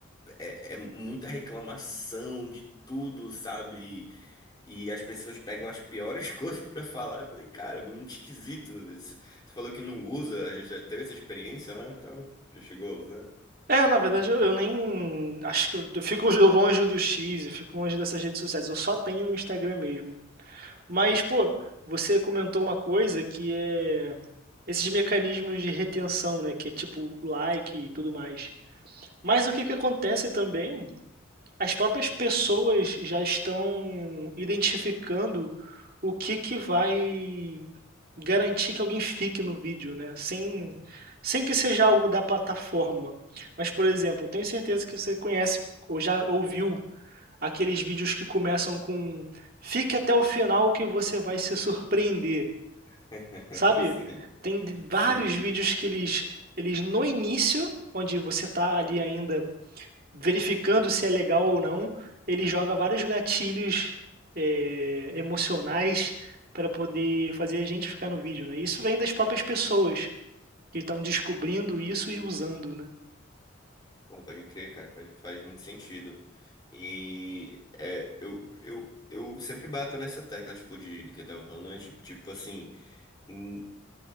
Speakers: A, on the left (about 20°); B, on the right (about 45°).
A: é, é muita reclamação de tudo, sabe? E as pessoas pegam as piores <laughs> coisas pra falar. Eu falei, cara, muito esquisito. Você você falou que não usa, já já teve essa experiência, né? Então, já chegou a usar?
B: É, na verdade eu, eu nem acho que eu, eu fico longe do X, eu fico longe dessas redes sociais. Eu só tenho o Instagram mesmo. Mas, pô, você comentou uma coisa que é esses mecanismos de retenção, né? Que é tipo like e tudo mais. Mas o que que acontece também? As próprias pessoas já estão identificando o que que vai garantir que alguém fique no vídeo, né? Sem, sem que seja algo da plataforma. Mas, por exemplo, tenho certeza que você conhece ou já ouviu aqueles vídeos que começam com fique até o final que você vai se surpreender,
A: <laughs>
B: sabe?
A: Sim,
B: Tem de- vários
A: sim.
B: vídeos que eles, eles no início, onde você está ali ainda verificando se é legal ou não, ele joga vários gatilhos eh, emocionais para poder fazer a gente ficar no vídeo, né? Isso vem das próprias pessoas que estão descobrindo isso e usando, né?
A: Porra, pode crer, cara, faz, faz muito sentido. E é, eu, eu, eu sempre bato nessa tecla, tipo, de, do que eu tava falando antes, tipo, tipo assim, hum,